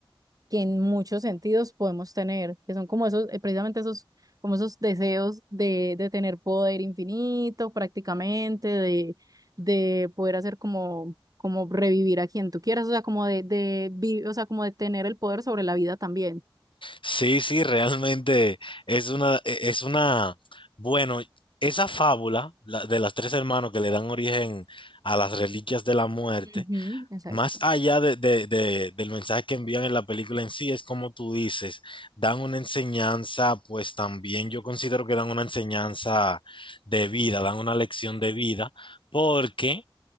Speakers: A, on the right; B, on the left.
A: que en muchos sentidos podemos tener, que son como esos, eh, precisamente esos, como esos deseos de, de tener poder infinito prácticamente, de, de poder hacer como, como revivir a quien tú quieras, o sea, como de, de, vi- o sea, como de tener el poder sobre la vida también.
B: sí, sí, realmente es una, e, es una, bueno, esa fábula la- de las tres hermanos que le dan origen a las reliquias de la muerte
A: Ujú, exacto.
B: Más allá de, de- de- del mensaje que envían en la película en sí, es como tú dices, dan una enseñanza, pues también yo considero que dan una enseñanza de vida, dan una lección de vida, porque